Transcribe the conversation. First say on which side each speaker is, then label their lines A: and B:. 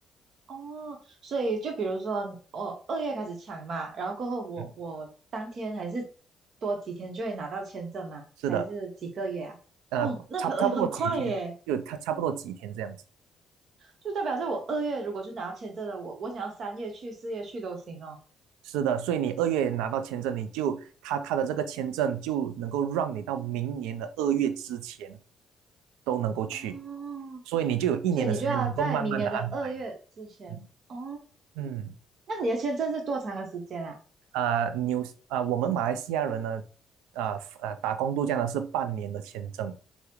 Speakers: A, on the right; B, on the right.
A: 哦，所以就比如说我二月开始抢嘛，然后过后我我当天还是多几天就会拿到签证嘛，
B: 嗯，是的，
A: 还是几个月啊？
B: 呃，
A: 哦，那很很快耶。
B: 差差不多几天，就差差不多几天这样子。
A: 就代表是我二月如果就拿签证了，我我想要三月去、四月去都行哦。
B: 是的，所以你二月拿到签证，你就他他的这个签证就能够让你到明年的二月之前都能够去，
A: 哦，
B: 所以你就有一年的时间能够慢慢的安排。
A: 所以你就要在明年的二月之前哦。
B: 嗯嗯，
A: 那你的签证是多长的时间啊？
B: 啊、纽啊、我们马来西亚人呢，啊、呃啊、打工度假呢是半年的签证